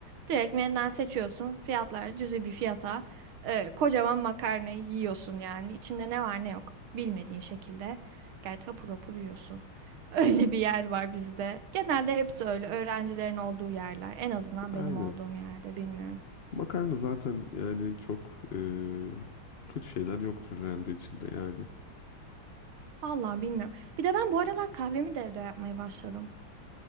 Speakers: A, on the right; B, on the left.
A: Direkt menüden seçiyorsun. Fiyatlar cüzi bir fiyata. e, kocaman makarnayı yiyorsun yani. İçinde ne var ne yok bilmediğin şekilde gayet hapur hapur yiyorsun. <laughs> Öyle bir yer var bizde. Genelde hepsi öyle öğrencilerin olduğu yerler. En azından
B: Aynen.
A: benim olduğum yerde bilmiyorum.
B: Makarna zaten yani çok eee, kötü şeyler yoktur herhalde içinde yani.
A: Vallahi bilmiyorum. Bir de ben bu aralar kahvemi de evde yapmaya başladım.